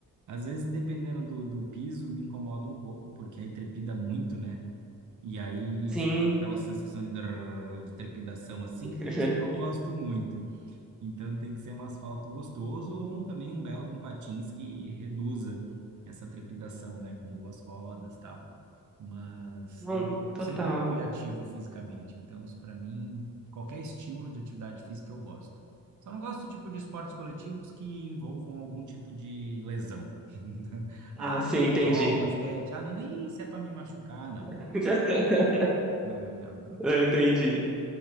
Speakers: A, on the right; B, in the centre.
A: Às vezes, dependendo do, do piso, me incomoda um pouco, porque aí trepida muito, né? E aí
B: Sim,
A: fica aquela sensação de, drrr, de trepidação assim.
B: <laughs>
A: Isso eu não gosto muito. Então tem que ser um asfalto gostoso ou um- também um belo de um patins que reduza essa trepidação, né? Com boas rodas e tal. Mas
B: não,
A: eu
B: total.
A: sempre fui ativo fisicamente, então isso para mim, qualquer estímulo de atividade física eu gosto. Só não gosto tipo de esportes coletivos que envolvam algum tipo de lesão. <laughs>
B: Ah,
A: Ah, futebol,
B: sim, entendi.
A: basquete, ah, não, não, isso é para me machucar, não.
B: <laughs>
A: Não, não, não.
B: Eu entendi.